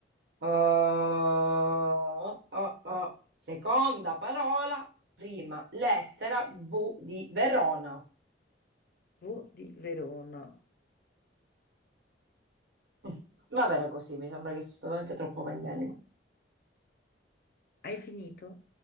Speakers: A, on the right; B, on the left.
A: Eh, eh, eh. Seconda parola, prima lettera V di Verona.
B: V di Verona.
A: Mm, Va bene così, mi sembra che sono stato anche troppo magnanimo.
B: Hai finito?